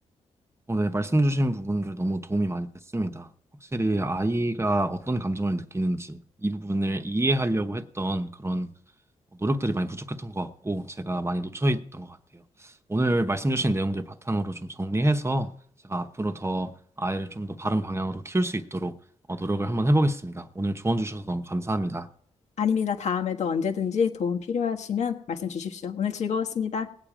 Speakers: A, on the right; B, on the left.
A: 어, 네, 말씀 주신 부분들 너무 도움이 많이 됐습니다. 확실히 아이가 어떤 감정을 느끼는지 이 부분을 이해하려고 했던 그런 노력들이 많이 부족했던 것 같고 제가 많이 놓쳐 있던 것 같아요. 오늘 말씀 주신 내용들 바탕으로 좀 정리해서 제가 앞으로 더 아이를 좀 더 바른 방향으로 키울 수 있도록 어, 노력을 한번 해보겠습니다. 오늘 조언 주셔서 너무 감사합니다.
B: 아닙니다. 다음에도 언제든지 도움 필요하시면 말씀 주십시오. 오늘 즐거웠습니다.